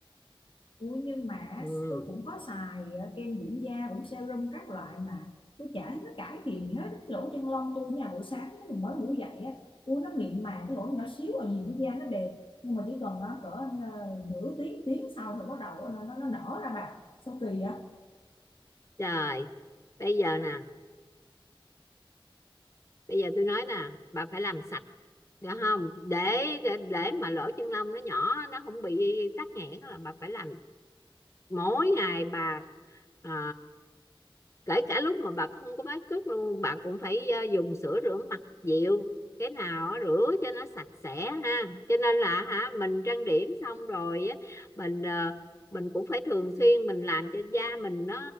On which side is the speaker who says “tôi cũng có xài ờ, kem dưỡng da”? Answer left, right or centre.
Left